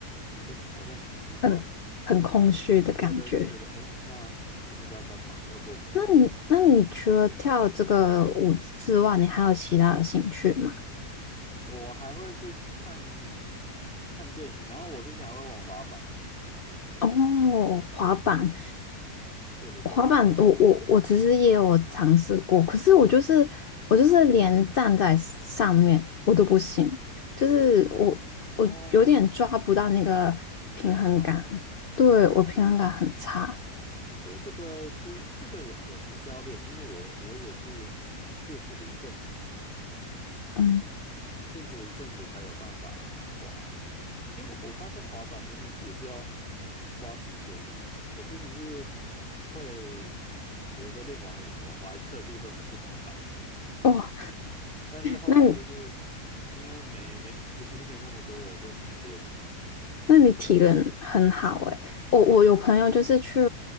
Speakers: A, in the centre; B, on the left.
A: 哎，好像很奇怪。
B: 很很空虚的感觉。
A: 对对，就觉得，哎，那我现在要干嘛？要做什么？
B: 那你，那你除了跳这个舞之外，你还有其他的兴趣吗？
A: 我还会去看看电影，然后我之前还会玩滑板。
B: 哦，滑板，
A: 对对对，
B: 滑板，
A: 我会玩滑板。
B: 我我我其实也有尝试过，可是我就是我就是连站在上面我都不行，就是我我有点抓不到那个平衡感，
A: 哦，是平衡吗？
B: 对，我平衡感很差。
A: 我觉得这个需这个也有也是要练，因为我我也是练习了一阵子，
B: 嗯，
A: 练习了一阵子才有办法滑，因为我我发现滑板真的是也是要花时间呐、我之前是会，比如说练完舞，我还特地会去滑板，
B: 哇，
A: 但是后来就是因为没没
B: 那你？
A: <laughs> 时间没那么多，我就只能练舞。
B: 那你体能很好诶、我我有朋友就是去